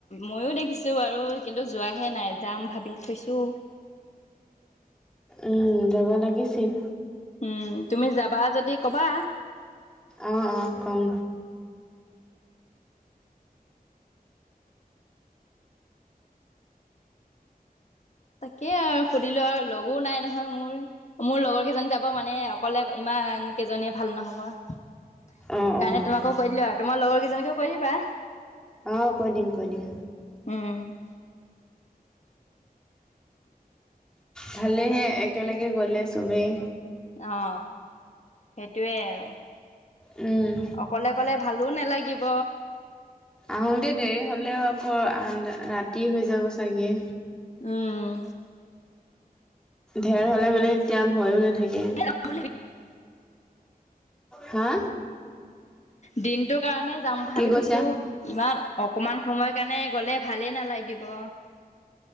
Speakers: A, on the left; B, in the centre.
A: ময়ো দেখিছো বাৰু কিন্তু যোৱাহে নাই যাম ভাবি থৈছো
B: উম যাব লাগিছিল
A: উম তুমি যাবা যদি ক'বা
B: অ অ কম
A: তাকে আৰু সুধিলো আৰু লগো নাই নহয় মোৰ মোৰ লগৰ কেইজনী যাব মানে অকলে ইমান কেইজনীয়ে ভাল নহব সেইকাৰণে
B: অ', অ',
A: তোমাকো কৈ দিলো আৰু তোমাৰ লগৰ কেইজনীকো কৈ দিবা
B: অ কৈ দিম কৈ দিম
A: উম
B: ভালেহে একেলগে গ'লে চবেই
A: অ সেইটোৱে আৰু
B: উম
A: অকলে অকলে ভালো নালাগিব
B: আহোঁতে দেৰি হ'লেও আকৌ আধা ৰাতি হৈ যাব চাগে
A: উম
B: ঢেৰ হলে মানে তেতিয়া ভয়ো নাথাকে
A: <unintelligible>
B: হা
A: দিনটোৰ কাৰণে যাম ভাবি
B: কি কৈছা?
A: থৈছো ইমান অকমান সময় কাৰণে গলে ভালেই নালাগিব